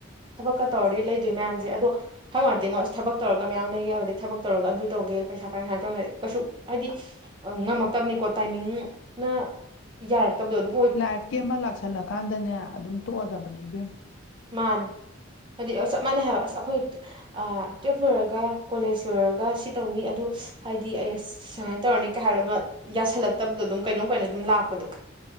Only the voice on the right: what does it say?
ꯊꯕꯛꯀ ꯇꯧꯔꯗꯤ ꯂꯩꯗꯣꯏ ꯃꯌꯥꯝꯁꯦ ꯑꯗꯣ ꯍꯥꯏ ꯉꯇꯦꯉꯣꯁ ꯊꯛ ꯇꯧꯔꯒ ꯃꯌꯥꯝ ꯂꯩꯌꯦꯦ ꯑꯗꯨꯗꯩ ꯊꯕꯛ ꯇꯧꯔ ꯑꯗꯨ ꯇꯧꯒꯦ ꯄꯩꯁꯥ ꯄꯥꯏꯁꯥ ꯇꯧꯔꯒꯗꯤ ꯀꯩꯁꯨ ꯍꯥꯏꯗꯤ ꯑ ꯉꯝꯃꯛꯇꯕꯅꯦꯀꯣ ꯇꯥꯏꯃꯤꯡꯅ ꯌꯥꯔꯛꯇꯕꯗꯣ ꯑꯗꯨ
ꯃꯥꯅꯦ ꯍꯥꯏꯗꯤ ꯆꯞ ꯃꯥꯟꯅꯩ ꯍꯥꯏꯕ ꯑꯁ ꯑꯩꯈꯣꯏ ꯇꯨꯋꯜꯐ ꯂꯣꯏꯔꯒ ꯀꯣꯂꯦꯖ ꯂꯣꯏꯔꯒ ꯁꯤ ꯇꯧꯅꯤ ꯑꯗꯨ ꯍꯥꯏꯗꯤ ꯑꯩꯁ ꯁꯨꯃꯥꯏꯅ ꯇꯧꯔꯅꯤ ꯀꯩ ꯍꯥꯏꯕꯗꯨ ꯌꯥꯁꯜꯂꯛꯇꯕꯗꯣ ꯑꯗꯨꯝ ꯀꯩꯅꯣꯝ ꯀꯩꯅꯣ ꯑꯗꯨꯝ ꯂꯥꯛꯄꯗꯣ